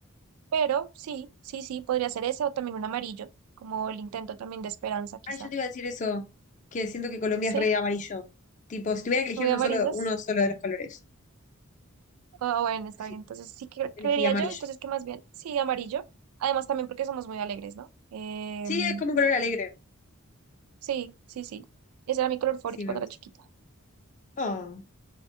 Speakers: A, on the right (about 85°); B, on the left (about 35°).
A: pero sí, sí, sí, podría ser ese o también un amarillo, como el intento también de esperanza, quizá.
B: Ay, yo te iba a decir eso, que siento que Colombia
A: Sí,
B: es re amarillo. Tipo, si tuviera que elegir
A: muy
B: uno
A: amarillos.
B: solo, uno solo de los colores,
A: Ah, bueno, está
B: sí,
A: bien. Entonces sí que creería
B: elegiría amarillo.
A: yo, entonces que más bien, sí, amarillo. Además también porque somos muy alegres, ¿no? Em,
B: Sí, es como un color alegre.
A: Sí, sí, sí. Ese era mi color favorito
B: Sí, me
A: cuando
B: gusta.
A: era chiquita.
B: Oh.